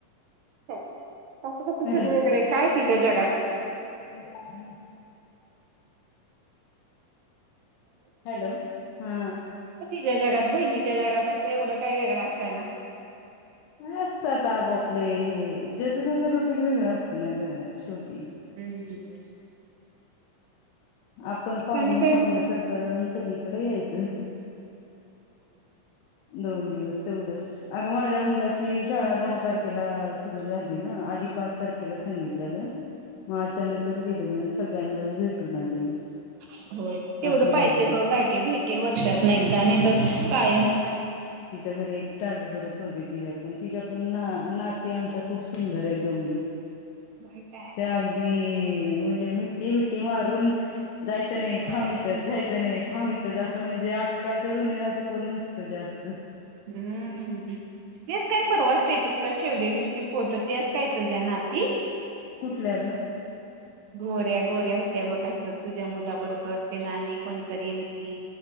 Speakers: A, on the right; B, on the left.
A: कस कस तूकडे
B: हॅलो
A: काय तिझ्या जगात
B: हम् हॅलो हा
A: त्या जगात बहिणीच्या जगात असं एवढं काय वेगळं असायला
B: असत आता आपापले ज्याचं त्याच रोटीन वेगळं असतं ना ग शेवटी
A: हम्म ह
B: आपण पाहुणे
A: आणि काय
B: पाहुण्यासारखं
A: मग
B: जाऊन सगकडे यायचं
A: ह
B: दोन दिवस तेवढंच अग माझ्या मुलाची शाळा दहा तारखेला सुरू झाली ना आधी पाच तारखेला सांगितल्यालं मग अचानकच गेलेले म्ह सगळ्यांनाच भेटून आले
A: ह होय तेवढं
B: असं झालं
A: पाहिजे ग घाटी भेटी वर्षात नाही एकदा नाही तरर कायम काय
B: अगर एक ताजबरस होते तिच्या पण तिच्या पण ना नाती आमच्या खूप सुंदर आहेत दोघी
A: होय काय
B: त्या अगदी म्हणजे मि्टी बट्टी मारून जायचं नाही
A: होय
B: थांबवतच जायचं नाही थांबतच असं म्हणजे आजकालच्या जुन्याला असं कोण नसतं जास्त
A: हम्म हेच काय परवा स्टेटसला ठेवलेली फोटो तेस काय तुझ्या ना ती
B: कुठल्या ग
A: गोऱ्या गोऱ्या होत्या बघस तुझ्या मुलाबरोबर ते नाणी कोणतरी होती